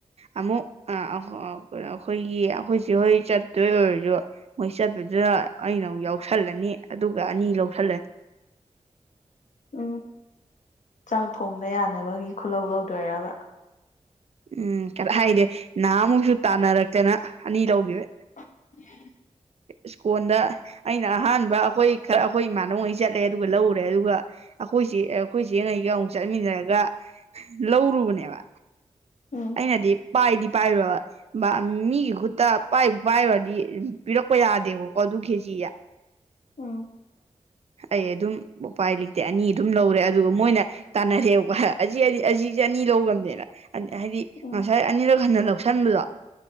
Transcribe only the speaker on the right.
ꯑꯃꯨꯛ ꯑꯩꯈꯣꯏꯒꯤ ꯑꯩꯈꯣꯏ ꯆꯦ ꯍꯣꯏ ꯆꯠꯇꯣꯏ ꯑꯣꯏꯔꯖꯨ ꯃꯣꯏ ꯆꯠꯄꯗꯨꯗ ꯑꯩꯅ ꯑꯃꯨꯛ ꯌꯥꯎꯁꯜꯂꯅꯤ ꯑꯗꯨꯒ ꯑꯅꯤ ꯂꯧꯎꯁꯜꯂꯦ
ꯎꯝ ꯀꯔꯥꯏꯗꯩ ꯅꯍꯥꯃꯨꯛꯁꯨ ꯇꯥꯟꯅꯔꯛꯇꯅ ꯑꯅꯤ ꯂꯧꯒꯤꯕꯩ
ꯁꯀꯣꯟꯗ ꯑꯩꯅ ꯑꯍꯥꯟꯕ ꯑꯩꯈꯣꯏ ꯈꯔ ꯑꯩꯈꯣꯏ ꯏꯃꯥꯟꯅꯕꯉꯩ ꯆꯠꯂꯦ ꯑꯗꯨꯒ ꯂꯧꯔꯨꯔꯦ ꯑꯗꯨꯒ ꯑꯩꯈꯣꯏꯆꯦ ꯑꯩꯈꯣꯏꯆꯦ ꯉꯩꯒ ꯑꯃꯨꯛ ꯆꯠꯃꯤꯟꯅꯔꯒ ꯂꯧꯔꯨꯕꯅꯦꯕ
ꯑꯩꯅꯗꯤ ꯄꯥꯏꯗꯤ ꯄꯥꯏꫪꯨꫪꯕ ꯃꯤꯒꯤ ꯈꯨꯠꯇ ꯄꯥꯏꯕꯨ ꯄꯥꯏꯔꯨꯔꯗꯤ ꯄꯤꯔꯛꯄ ꯌꯥꯗꯦꯕꯀꯣ ꯑꯗꯨ ꯈꯦꯖꯤ
ꯑꯩ ꯑꯗꯨꯝ ꯎꯄꯥꯏ ꯂꯩꯇꯦ ꯑꯅꯤ ꯑꯗꯨꯝ ꯂꯧꯔꯦ ꯑꯗꯨꯒ ꯃꯣꯏꯅ ꯇꯥꯟꯅꯔꯦꯕꯀꯣꯗꯤ ꯑꯁꯤꯁꯦ ꯑꯅꯤ ꯂꯧꯒꫪꯕꯅꯦꯅ ꯍꯥꯏꯗꯤ
ꯉꯁꯥꯏ ꯑꯅꯤꯔꯛ ꯍꯟꯅ ꯂꯧꯁꯟꯕꯗꯣ